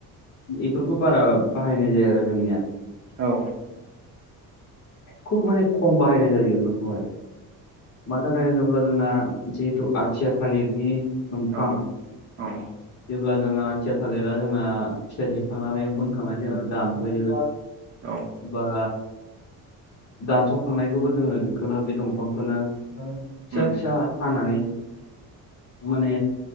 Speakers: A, on the left; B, on the right.
A: बेफोरखौ बारा बाहायनाय जाया आरो जोंनिया
B: औ
A: खुब माने खम बाहायनाय जायो बेफोरखौहाय। मानो थाखाय होनोब्ला जोंना जिहेथु आथिया थालिरनि दंफां
B: औ औ
A: अब्ला जोंहा आथिया थालिरा जोंना फिथाइ थाइखांनानै मो नि उनाव दानफायो
B: औ
A: बा दानस'खांनायखौबो जोङो बेखौनो बे दंफांखौनो फिसा
B: उम
A: फिसा हानानै माने